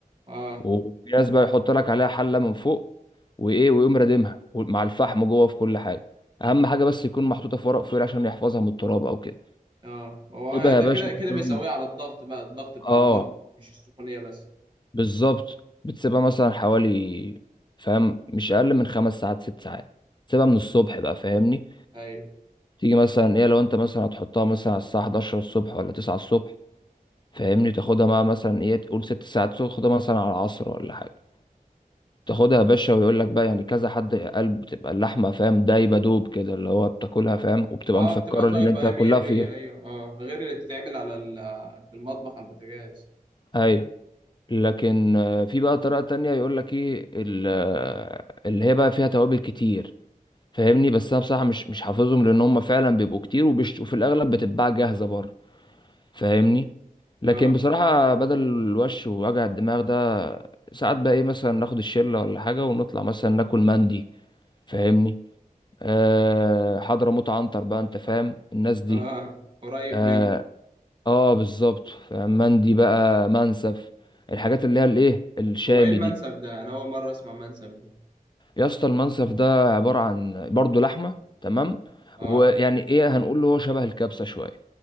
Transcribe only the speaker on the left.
وفي ناس بقى يحط لك عليها حله من فوق وايه ويقوم رادمها مع الفحم جوه في كل حاجه اهم حاجه بس يكون محطوطه في ورق فويل عشان يحفظها من التراب او كده
تبقى
يا باشا
مثلا
اه
بالظبط بتسيبها مثلا حوالي فاهم مش اقل من خمس ساعات ست ساعات تسيبها من الصبح بقى فاهمني
تيجي مثلا ايه لو انت مثلا هتحطها مثلا على الساعه 11 الصبح ولا 9 الصبح فاهمني تاخدها مع مثلا ايه تقول ست ساعات تاخدها مثلا على العصر ولا حاجه تاخدها يا باشا ويقول لك بقى يعني كذا حد قال بتبقى اللحمه فاهم دايبه دوب كده اللي هو بتاكلها فاهم وبتبقى
مسكره
لان انت
كلها
فيها
ايوه لكن آه، في بقى طريقه تانية يقول لك ايه ال- آه، اللي هي بقى فيها توابل كتير فاهمني بس انا بصراحه مش مش حافظهم لان هم فعلا بيبقوا كتير وبيشت- وفي الاغلب بتتباع جاهزه بره فاهمني لكن
بصراحه بدل الوش ووجع الدماغ ده ساعات بقى ايه مثلا ناخد الشله ولا حاجه ونطلع مثلا ناكل مندي فاهمني آه حضرموت عنتر بقى انت فاهم الناس دي
اه,
آه بالظبط فاهم؟ مندي بقى منسف الحاجات اللي هي الايه الشامي
دي
يا اسطى المنسف ده عبارة عن برضه لحمة تمام
ويعني ايه هنقول له هو شبه الكبسة شوية